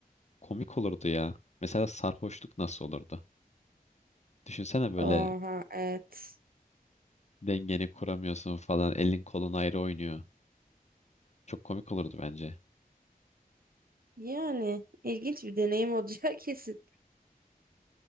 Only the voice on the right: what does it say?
Oha evet.
Yani ilginç bir deneyim olacak <laughs> kesin.